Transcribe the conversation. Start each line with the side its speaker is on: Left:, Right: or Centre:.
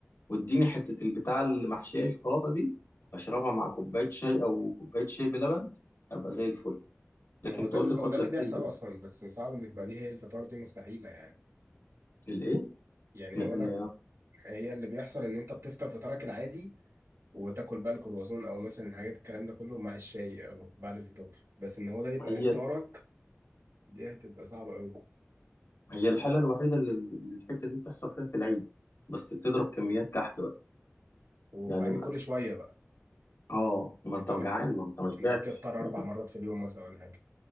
Left: واديني حته البتاع اللي محشيه شوكولاته دي اشربها مع كوبايه شاي او كوبايه شاي بلبن ابقى زي الفل لكن
Right: هو ده
Left: تقول
Right: ال-
Left: لي خد
Right: هو ده
Left: لك
Right: اللي بيحصل
Left: كيس بس
Right: اصلا بس صعب ان تبقى دي هي الفطار دي مستحيله يعني
Left: الايه
Right: يعني
Left: لان
Right: يقول لك هي اللي بيحصل ان انت بتفطر فطارك العادي وتاكل بقى الكرواسون او مثلا الحاجات الكلام ده كله مع الشاي او بعد الفطار بس ان هو ده يبقى
Left: هي
Right: افطارك دي هتبقى صعبه قوي
Left: هي الحاله الوحيده اللي اللي الحته دي بتحصل فيها في العيد بس بتضرب كميات كحك بقى
Right: وبعدين
Left: يعني
Right: كل شويه بقى
Left: اه ما
Right: انت
Left: انت
Right: ما
Left: جعان ما انت ما شبعتش
Right: انت بتفطر اربع
Left: <laughs>
Right: مرات في اليوم مثلا ولا حاجه